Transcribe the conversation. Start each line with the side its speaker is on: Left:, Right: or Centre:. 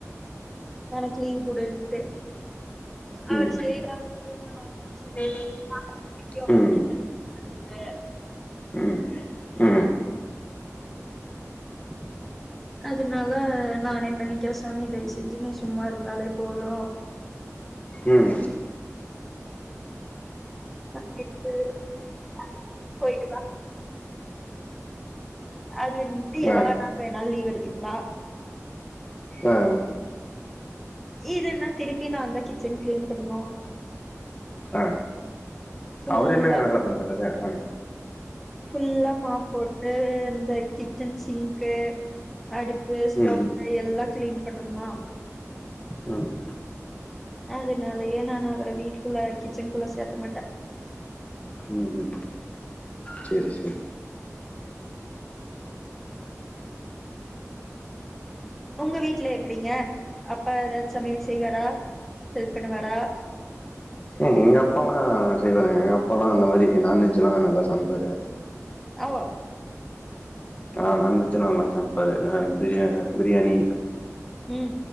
Centre: எனக்கு லீவ் குடுன்ட்டு அவரு
Left: ம்
Centre: செய்றேம்பாரு நா வேண்டான் சொ ல்வே
Left: ம்
Centre: <inaudible>
Left: ம்
Centre: பண்றது
Left: ம் அ
Centre: <inaudible> அதுனால நானே பண்ணிக்கிற சாமி தயவு செஞ்சு நீ சும்மா இருந்தாலே போது
Left: ம்
Centre: <inaudible> போய்டுவ <inaudible> அது வன்ட்டு எவ்ள
Left: ஆ
Centre: நாள் வேணாலு லீவ் எடுத்துக்கலா
Left: ஆ
Centre: இதுனா திருப்பி நா தா கிச்சன் கிளீன் பண்ணு
Left: ஆ
Centre: ஃபுல்லா
Left: அவரு என்னங்க வேல பண்றாரு அ
Centre: ஃபுல்லா மாப் போட்டு இந்த கிச்சன் சிங்க்கு அடுப்பு ஸ்டவ்வு
Left: ம்
Centre: எல்லா கிளீன் பண்ணணுமா
Left: ம் ம்
Centre: அதுனாலயே நான் அவர வீட்டுக்குள்ள கிச்சனுக்குள்ள சேத்த மாட்ட
Left: ம் ம் செரி செரி
Centre: உங்க வீட்ல எப்டிங்க அப்பா ஏதாச் சமையல் செய்வாரா ஹெல்ப் பண்ணுவாரா
Left: ம் எங்க அப்பாலா அ செய்வாங்கங்க அப்பாலா அந்த மாரி நான் வெஜ்லா நல்லா சமைப்பாரு
Centre: ஓ
Left: ஆ நான் வெஜ்ல்லா நல்லா சமைப்பாரு அ பிரியா பிரியாணி
Centre: ம்